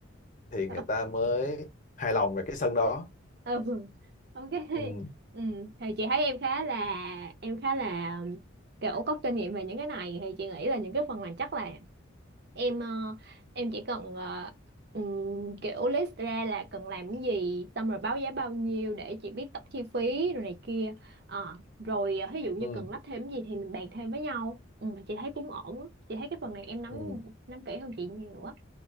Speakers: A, on the left; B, on the right.
A: thì người
B: <laughs>
A: ta mới hài lòng về cái sân đó
B: ừ ok
A: ừ,
B: ừ thì chị thấy em khá là em khá là kiểu có kinh nghiệm về những cái này thì chị nghĩ là những cái phần này chắc là em ờ, em chỉ cần ờ, ừm, kiểu list ra là cần làm cái gì xong rồi báo giá bao nhiêu để chị biết tổng chi phí rồi này kia Ờ, rồi ờ, ví dụ như
A: ừ,
B: cần lắp thêm cái gì thì mình bàn thêm với nhau ừ, chị thấy cũng ổn á. chị thấy cái phần này em nắm
A: ừ.
B: nắm kỹ hơn chị nhiều á